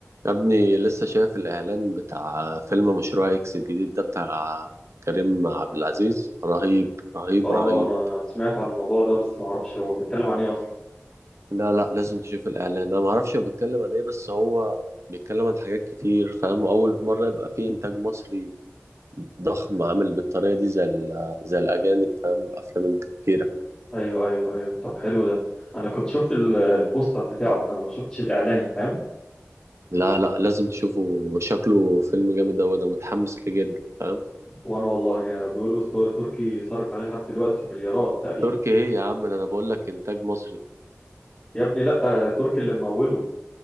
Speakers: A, on the right (about 70°); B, on the left (about 25°).
A: يا ابني لسه شايف الإعلان بتاع فيلم مشروع إكس الجديد ده بتاع كريم عبد العزيز رهيب رهيب
B: اه
A: رهيب
B: انا سمعت عن الموضوع ده بس ما اعرفش هو بيتكلم عن ايه اصلا
A: لا لا لازم تشوف الإعلان أنا معرفش هو بيتكلم عن إيه بس هو بيتكلم عن حاجات كتير فاهم أول مرة يبقى فيه إنتاج مصري ضخم عامل بالطريقة دي زي ال- زي الأجانب فاهم الأفلام الكتيرة
B: ايوه ايوه ايوه طب حلو ده انا كنت شفت ال- البوستر بتاعه انما ما شفتش الاعلان فاهم
A: لا لا لازم تشوفه وشكله فيلم جامد أوي أنا متحمس ليه جدا فاهم
B: وانا والله بيقولوا السوق التركي يصرف عليه لحد دلوقتي مليارات تقريبا
A: تركي إيه يا عم ده أنا بقول لك إنتاج مصري
B: يا ابني لا تركي اللي مموله